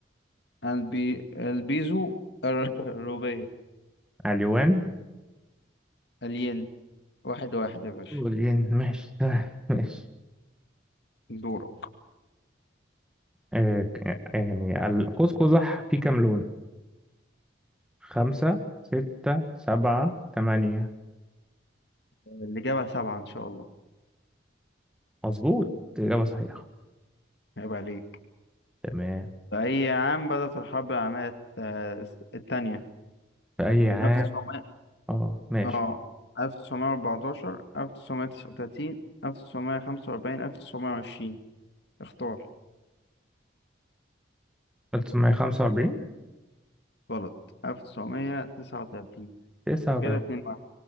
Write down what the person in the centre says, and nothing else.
اليوان
والين ماشي <laughs> ماشي
آه ك- يعني ال- قوس قزح فيه كام لون خمسة ستة سبعة تمانية
مظبوط إجابة صحيحة
تمام
في أي عام
اه ماشي
1945
39